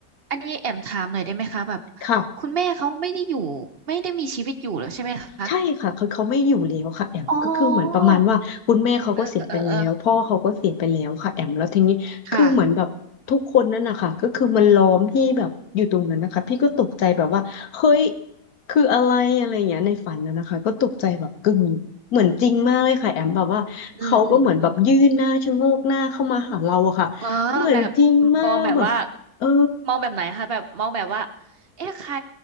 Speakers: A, on the right (about 45°); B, on the left (about 65°).
A: อันนี้แอมถามหน่อยได้ไหมคะแบบ
B: ค่ะ
A: คุณแม่เขาไม่ได้อยู่ไม่ได้มีชีวิตอยู่แล้วใช่ไหมคะ
B: ใช่ค่ะคือเขาไม่อยู่แล้วค่ะแอมก็คือเหมือนประมาณว่าคุณแม่เขาก็เสียไปแล้วพ่อเขาก็เสียไปแล้วค่ะแอมแล้วทีนี้คือเหมือนแบบทุกคนนั่นนะคะก็คือมันล้อมพี่แบบอยู่ตรงนั้นนะคะพี่ก็ตกใจแบบว่าเฮ้ย
A: อ๋อเออเออเออ ค่ะ
B: คืออะไรอะไรอย่างเงี้ยในฝันนะนะคะก็ตกใจแบบกึ่งเหมือนจริงมากเลยค่ะแอมแบบว่าเขาก็เหมือนแบบยื่นหน้าชะโงกหน้าเข้ามาหาเราอะค่ะเหมือนจริงมากแบบเออ
A: อืมอืมอืมอ๋อแบบมองแบบว่า มองแบบไหนคะแบบมองแบบว่าเอ๊ะใคร